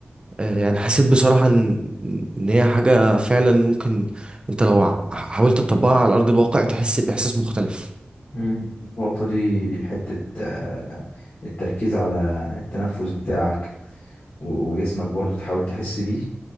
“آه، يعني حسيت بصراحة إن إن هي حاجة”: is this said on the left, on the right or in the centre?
Right